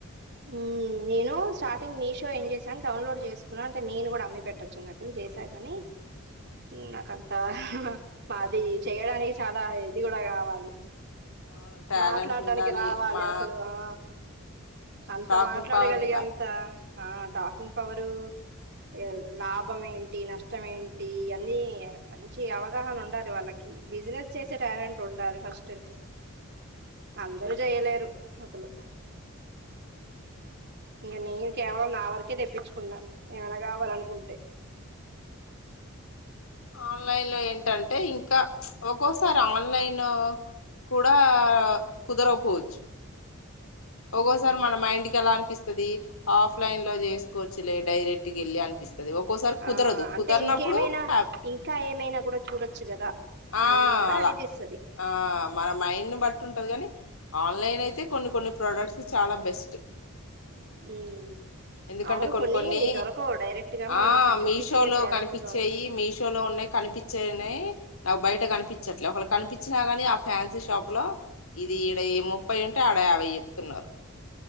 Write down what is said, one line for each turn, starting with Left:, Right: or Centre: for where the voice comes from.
Right: ఉమ్ నేను స్టార్టింగ్ మీషో ఏం చేసాన్ డౌన్లోడ్ జేసుకున్నా అంటే నేను గుడా అమ్మి పెట్టొచ్చన్నట్టు చేసా గనీ ఉమ్ నాకంతా అది చేయడానికి చాలా ఇది గూడ గావాలి
Left: అవును టాలెంట్
Right: మాట్లాడ్డానికి
Left: ఉండాలి
Right: రావాలి
Left: మా
Right: అసలు ఆ అంత
Left: టాకింగ్
Right: మాట్లాడగలిగే
Left: పవర్ ఉండాలి
Right: అంత ఆ టాకింగ్ పవరు ఇగ లాభం ఏంటి నష్టం ఏంటి అన్నీ మంచి అవగాహనుండాలి వాళ్ళకి ఇ బిసినెస్ చేసే టాలెంట్ ఉండాలి ఫస్ట్
Left: అ
Right: అందరూ జేయలేరు అసలు ఇగ నీ కేవలం నా వరకే తెప్పిచ్చుకున్నా ఏమైనా కావాలనుకుంటే
Left: అ ఆన్లైన్ లో ఏంటంటే ఇంకా ఒక్కోసారి ఆన్లైన్ కూడా కుదరకపోవచ్చు ఒకోసారి మన మైండ్కి అలా అనిపిస్తది ఆఫ్లైన్ లో జేసుకో చ్చులే డైరెక్ట్ గెల్లీ అనిపిస్ ఒక్కోసారి కుదరదు
Right: ఆ అంటే
Left: కుదర్నప్పుడు
Right: ఇంకేమైనా
Left: హ
Right: ఇంకా ఏమైనా కూడా చూడొచ్చు కదా
Left: ఆ
Right: అని కూడా
Left: అలా
Right: అనిపిస్తది
Left: ఆ మన మైండ్ను బట్టి ఉంటది గని ఆన్లైన్ అయితే కొన్ని కొన్ని ప్రోడక్ట్స్ చాలా బెస్ట్
Right: ఉమ్
Left: ఎందుకంటే
Right: అవును
Left: కొన్ని కొన్నీ
Right: దొరకవు డైరెక్ట్ గా మనం
Left: ఆ
Right: అక్కడ చూపించే
Left: మీషోలో
Right: ప్రోడక్ట్
Left: కనిపిచ్చేయి
Right: దొరకదు
Left: మీషోలో ఉన్నయి కనిపిచ్చేనయ్ నాకు బయట కనిపిచ్చట్లే ఒకలక్ కనిపిచ్చినా గనీ ఆ ఫ్యాన్సీ షాప్లో ఇది ఈడ ఈ ముప్పై ఉంటే ఆడ యాభై చెప్ తున్నారు